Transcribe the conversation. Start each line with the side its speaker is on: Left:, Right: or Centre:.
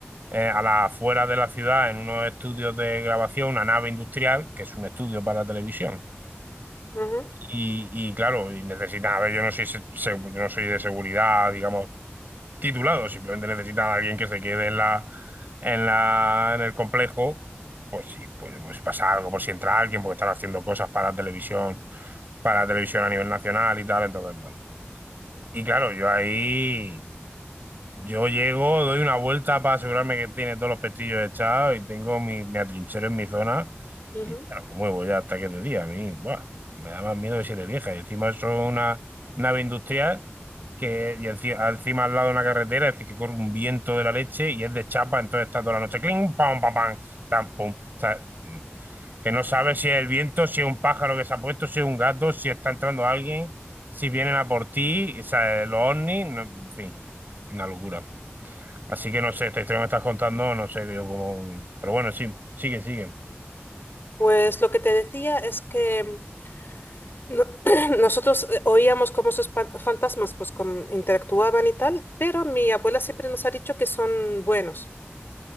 Right: eh, a las afueras de la ciudad, en unos estudios de grabación, una nave industrial, que es un estudio para televisión.
Left: Ujú.
Right: Y, y claro, y necesitan, a ver, yo no soy, se- se- yo no soy de seguridad, digamos, titulado, simplemente necesitan a alguien que se quede en la, en la, en el complejo, pues sí, pues, pues si pasa algo, por si entra alguien, porque están haciendo cosas para la televisión, para la televisión a nivel nacional y tal, entonces, bueno. Y claro, yo ahí. Yo llego, doy una vuelta para asegurarme que tiene todos los pestillos echados y tengo mi, me atrinchero en mi zona
Left: Ujú.
Right: y claro, me muevo ya hasta que es de día. A mí, buah, me da más miedo que siete viejas. Y encima eso es una nave industrial que y enci- encima, al lado de una carretera, es decir, que corre un viento de la leche y es de chapa, entonces está toda la noche cling, pam, pam, pam, tam, pum. O sea, mm, que no sabes si es el viento, si es un pájaro que se ha puesto, si es un gato, si está entrando alguien, si vienen a por ti, o sea, los ovnis, no- en fin, una locura. Así que no sé, esta historia que me estás contando, no sé yo cómo. Pero bueno, sí, sigue, sigue.
Left: Pues lo que te decía es que no- <clears throat> nosotros eh, oíamos cómo esos pa- fantasmas pues com- interactuaban y tal, pero mi abuela siempre nos ha dicho que son buenos,